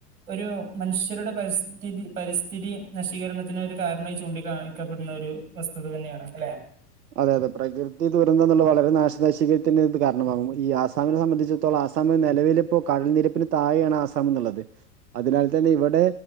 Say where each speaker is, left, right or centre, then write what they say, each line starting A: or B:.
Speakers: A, on the right; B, on the right.
A: ഒരു മനുഷ്യരുടെ പരിസ്ഥിതി പരിസ്ഥിതി നശീകരണത്തിന് ഒരു കാരണായി ചൂണ്ടിക്കാണിക്കപ്പെടുന്ന ഒരു വസ്തുത തന്നെയാണ് അല്ലെ.
B: അതെ അതെ പ്രകൃതി ദുരന്തംന്ന്ള്ള വളരെ നാശനശീകരി ത്തിന് ഇത് കാരണമാകുമോ ഈ ആസാമിനെ സംബന്ധിച്ചിടത്തോളം ആസാമ് നെലവിലിപ്പോ കടൽനിരപ്പിന് താഴെയാണ് ആസാമ്ന്ന്ള്ളത്. അതിനാൽ തന്നെ ഇവിടെ